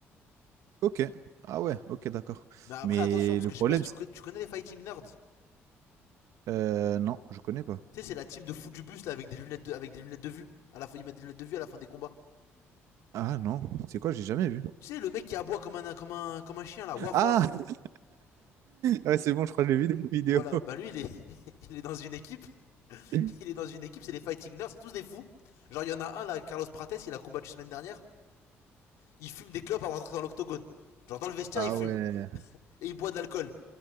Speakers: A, on the right (about 80°); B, on the left (about 85°).
A: Ok. Ah ouais, ok, d'accord.
B: Mais après,
A: Mais
B: attention, parce
A: le
B: que
A: problème,
B: je sais pas si tu,
A: c'est...
B: tu connais les Fighting Nerds.
A: Euh, non, je connais pas.
B: Tu sais, c'est la team de fous du bus là avec des lunettes de, avec des lunettes de vue. À la fin, ils mettent des lunettes de vue à la fin des combats.
A: Ah non, c'est quoi? J'ai jamais vu.
B: Tu sais, le mec qui aboie comme un, comme un, comme un chien là, waf
A: Ah!
B: waf.
A: <laughs> Ouais, c'est bon, je crois que j'ai vu des vidéos.
B: Voilà, bah lui, il est, <laughs> il est dans une équipe.
A: <laughs>
B: Il est dans une équipe, c'est les Fighting Nerds, c'est tous des fous. Genre, il y en a un là, Carlos Prates, il a combattu semaine dernière. Il fume des clopes avant d'entrer dans l'octogone. Genre dans le vestiaire,
A: Ah
B: il fume.
A: ouais,
B: Et il boit de l'alcool.